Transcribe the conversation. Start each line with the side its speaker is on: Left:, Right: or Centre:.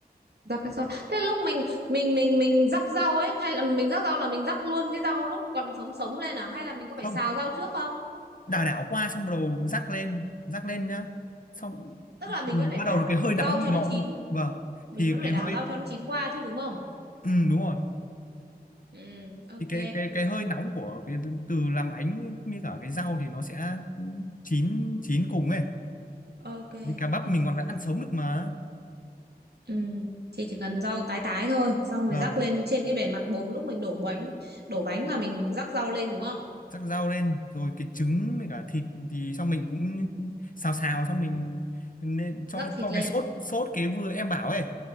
Right: Rắc cái sợi. Thế lúc mình mình mình mình rắc rau ấy hay là mình rắc rau là mình rắc luôn cái rau lúc còn sống sống lên à hay là mình có phải
Left: không
Right: xào rau trước không?
Left: đảo đảo qua xong bắt đầu rắc lên rắc lên nhá xong
Right: Tức là mình
Left: thì
Right: vẫn phải
Left: bắt
Right: đảo
Left: đầu là cái hơi
Right: rau
Left: nóng thì
Right: cho
Left: nó
Right: nó chín,
Left: vâng
Right: mình
Left: thì
Right: vẫn phải
Left: cái
Right: đảo
Left: hơi
Right: rau cho nó chín qua chứ đúng không?
Left: ừ, đúng rồi
Right: Ừ, ok.
Left: thì cái cái cái hơi nóng của cái từ làm bánh như cả cái rau thì nó sẽ chín chín cùng ấy
Right: Ok,
Left: vì cá
Right: ok
Left: bắp mình còn
Right: rồi.
Left: ăn sống được mà
Right: Ừ. Chị chỉ cần rau tái tái thôi xong rồi
Left: vâng
Right: rắc lên trên cái bề mặt bột lúc mình đổ bánh đổ bánh là mình rắc rau lên đúng không
Left: rắc rau lên rồi cái trứng với cả thịt thì xong mình cũng xào xào xong mình nên cho
Right: rắc thịt
Left: cho
Right: lên
Left: cái sốt sốt cái vừa em bảo ấy